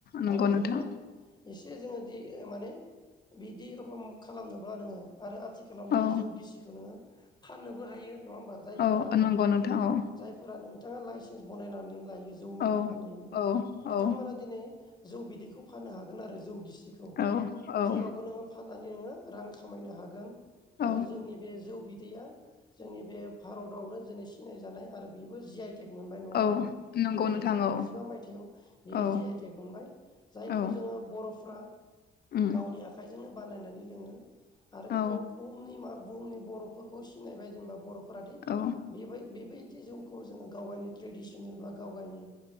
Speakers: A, on the left (about 50°); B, on the left (about 20°).
A: नंगौ
B: आरो
A: नोंथां
B: जोङो एसे जोङो दि माने बिदि रखम खालामनोब्ला नोङो आरो आ थिखालाव नोङो
A: औ
B: जौ गिसिखौ नोङो फाननोबो हायो नङा होमबा जायफोरा
A: औ नंगौ नोंथां औ
B: फोर नोंथाङा लाइसेन्स बनायनानै लायो। जौनि
A: औ
B: फाननायनि
A: औ
B: बिथांमोना
A: औ
B: दिनै जौ बिदैखौ फाननो हागोन आरो जौ गिसि खौ
A: औ औ
B: जेरावबो नोङो फाननानै नोङो रां खामायनो हागोन। आरो
A: औ
B: जोंनि बे जौ बिदैया जोंनि बे भारतावनो दिनै सिनाय जानाय आरो बेबो जि आइ टेक मोनबाय नङा होमबा
A: औ नंगौ
B: नै
A: नोंथां
B: रोजा नैजिबा
A: औ
B: मायथाइयाव बियो
A: औ
B: जि आइ टेक मोनबाय जायखौ
A: औ
B: जों बर' फ्रा
A: उम
B: गावनि आखजोंनो बानायनानै लोङो आरो बे
A: औ
B: बुहुमनि मा बुहुमनि बर'फोरखौ सिनायबाय जेनेबा बर'फोराादि
A: औ
B: बेबाय बे बायदि जौखौ जोङो गाव गावनि ट्रेडिसनेल बा गाव गावनि